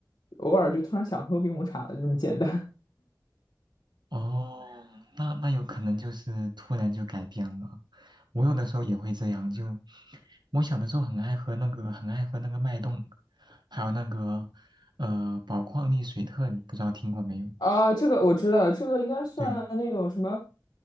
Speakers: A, on the left (about 85°); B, on the right (about 75°).
A: 偶尔就突然想喝冰红茶了，这么简单。
B: 哦，那那有可能就是突然就改变了。我有的时候也会这样，就我小的时候很爱喝那个，很爱喝那个脉动，还有那个呃宝矿力水特，你不知道听过没有？
A: <laughs> 啊，这个我知道，这个应该算那种什么，
B: 对，